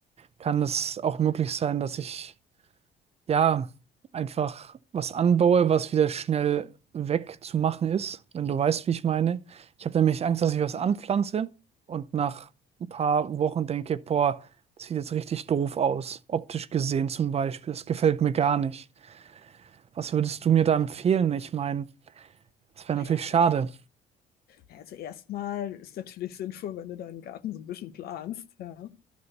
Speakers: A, on the right (about 40°); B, on the left (about 65°).
A: Kann es auch möglich sein, dass ich ja, einfach was anbaue, was wieder schnell wegzumachen ist, wenn du weißt, wie ich meine. Ich habe nämlich Angst, dass ich was anpflanze
B: Hm.
A: und nach ein paar Wochen denke, boah, das sieht jetzt richtig doof aus, optisch gesehen zum Beispiel. Das gefällt mir gar nicht. Was würdest du mir da empfehlen? Ich meine, das
B: Naja,
A: wäre natürlich
B: also
A: schade.
B: Also erstmal ist natürlich <laughs> sinnvoll, wenn du deinen Garten so ein bisschen planst, ja.